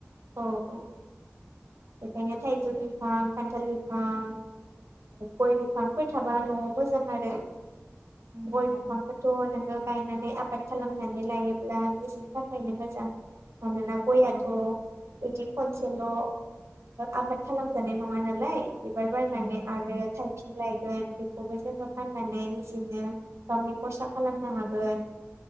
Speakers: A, on the right; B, on the right.
A: औ औ बेखायनो थाइजौ बिफां खान्थाल बिफां गय बिफांफोर थाबा न'आव मोजां आरो
B: उम
A: गय
B: औ
A: बिफांखौथ' नोङो गायनानै आबाद खालामनानै लायोब्ला निजिनि थाखायनो मोजां मानोना गयाथ'
B: औ
A: बिदि खनसेल' आबाद खालामजानाय नङा नालाय बिबार बारनानै
B: औ नंगौ
A: आरो
B: नोंथां
A: थायफिनलाय गोन बेखौबो जोङो फाननानै निजेनो गावनि खरसा खालामनो हागोन